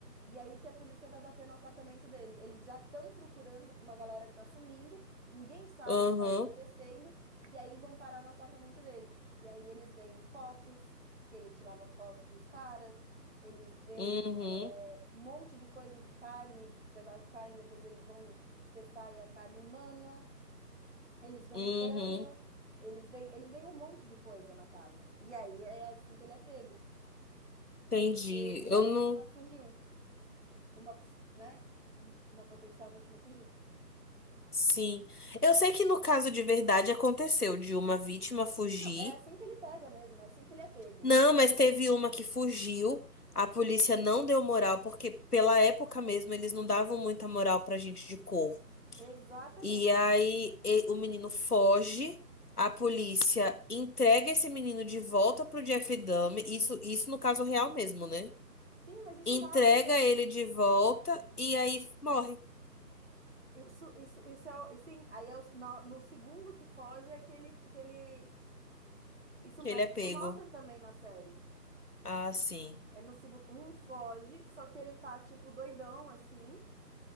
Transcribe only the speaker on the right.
E é aí que a polícia vai bater no apartamento dele. Eles já estão procurando uma galera que tá sumindo, ninguém sabe
o que tá acontecendo, e aí vão parar no apartamento dele. E aí eles veem fotos, que ele tirava fotos dos caras eles veem
é, um monte de coisa de carne, de pedaço de carne, depois eles vão testar aí a carne humana. Eles veem
crânio, eles veem, eles veem um monte de coisa na casa. E aí é assim que ele é pego,
porque uma
vítima fugiu, uma, ps- né, um- uma potencial vítima fugiu.
Não, é assim que ele pega mesmo, é assim que ele é pego.
Exatamente.
Sim, mas isso
mostra também.
Isso, isso, isso é, o- e sim, aí é o- no, no segundo que foge é que ele, que ele, Isso,
mas
isso mostra também na série.
É no segundo, um foge, só que ele tá tipo doidão assim,